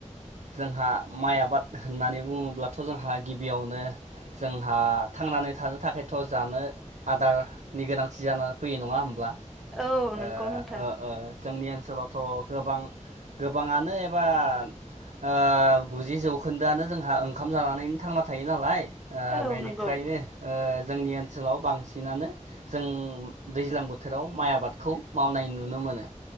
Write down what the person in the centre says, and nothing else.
औ
नंगौ नोंथां
औ
नंगौ